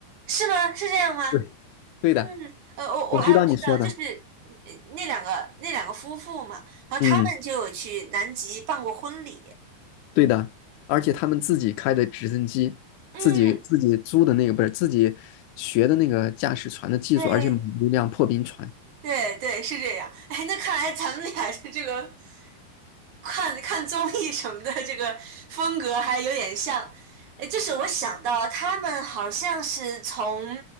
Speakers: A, on the right (about 55°); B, on the left (about 75°).
A: 是吗？是这样吗？
B: 对对的，
A: 嗯，呃，我我还不知道，
B: 我知道你说的，
A: 就是呃那两个那两个夫妇嘛，然后他们就有去南极办过婚礼。
B: 嗯，对的，而且他们自己开的直升机，
A: 嗯，
B: 自己自己租的那个不是自己学的那个驾驶船的技术，
A: 对
B: 而且买了一辆破冰船。
A: 对对，是这样。哎，那看来咱们俩是这个看看综艺什么的这个风格还有点像。哎，就是我想到他们好像是从